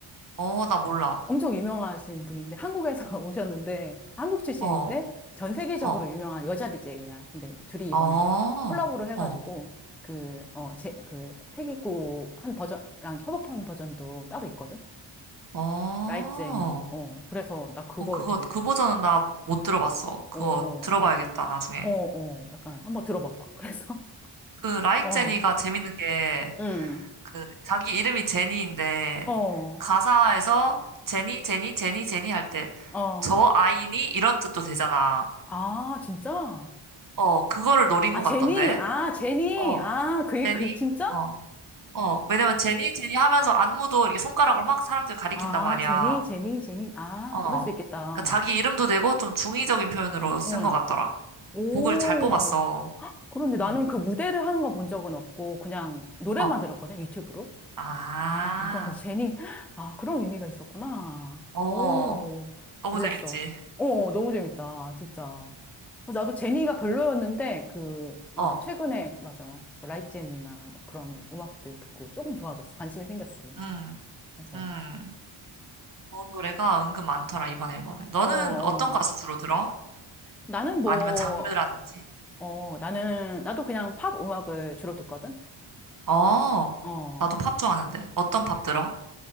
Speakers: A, on the right (about 40°); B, in the centre.
A: 어, 나 몰라.
B: 엄청 유명하신 분인데, 한국에서 <laughs> 오셨는데, 한국 출신인데,
A: 어,
B: 전 세계적으로
A: 어,
B: 유명한 여자 DJ야. 근데 이제 둘이 이번에
A: 어, 어,
B: 콜라보를 해가지고,
A: 어,
B: 그, 어, 제, 그, 패기구 한 버전랑 협업한 버전도 따로 있거든?
A: 어.
B: 라이크 제니. 어. 그래서 나 그거
A: 어, 그거,
B: 되게
A: 그
B: 좋-
A: 버전은 나 못 들어봤어. 그거
B: 어.
A: 들어봐야겠다, 나중에.
B: 어, 어. 약간 한번 들어봐 봐. 그래서
A: 그 라이크
B: <laughs> 어.
A: 제니가 재밌는 게
B: 응.
A: 그 자기 이름이 제니인데
B: 어.
A: 가사에서 제니 제니 제니 제니 할 때
B: 어.
A: 저 아이니 이런 뜻도 되잖아.
B: 아, 진짜?
A: 어 그거를 노린
B: 아,
A: 것
B: 제니.
A: 같던데.
B: 아, 제니.
A: 어
B: 아, 그,
A: 제니
B: 그, 진짜?
A: 어 어 왜냐면 제니 제니 하면서 안무도 이렇게 손가락으로 막 사람들 가리킨단
B: 아,
A: 말이야.
B: 제니, 제니, 제니. 아,
A: 어
B: 그럴 수 있겠다.
A: 그러니까 자기 이름도 되고 좀 중의적인 표현으로
B: 어머나.
A: 쓴 것 같더라.
B: 오.
A: 곡을 잘 뽑았어.
B: 그런데 나는
A: 응.
B: 그 무대를 하는 건 본 적은 없고, 그냥 노래만
A: 어.
B: 들었거든, 유튜브로.
A: 아.
B: 아, 그렇구나. 근데 제니, 아, 그런 의미가 있었구나.
A: 어.
B: 오,
A: 너무
B: 몰랐어.
A: 재밌지.
B: 어, 너무 재밌다. 진짜. 그래서 나도 제니가 별로였는데, 그, 아무튼
A: 어.
B: 최근에, 맞아. 라이브제니나 뭐 그런 음악들 듣고 조금 좋아졌어. 관심이 생겼어, 뭔가.
A: 응
B: 그래서,
A: 음. 좋은 노래가 은근 많더라, 이번 앨범에. 너는
B: 어, 어.
A: 어떤 가수 주로 들어?
B: 나는 뭐,
A: 아니면 장르라든지?
B: 어, 나는, 나도 그냥 팝 음악을 주로 듣거든?
A: 어,
B: 어.
A: 나도 팝 좋아하는데. 어떤 팝 들어?